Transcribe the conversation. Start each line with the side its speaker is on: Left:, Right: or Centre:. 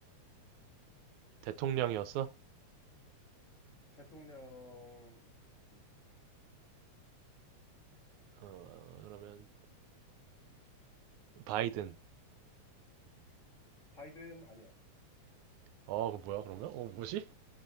Right: 대통령이었어?
Left: 대통령, 이- 이-
Right: 어, 그러면 바이든.
Left: 바이든 아니야.
Right: 어, 그 뭐야 그러면? 어, 뭐지?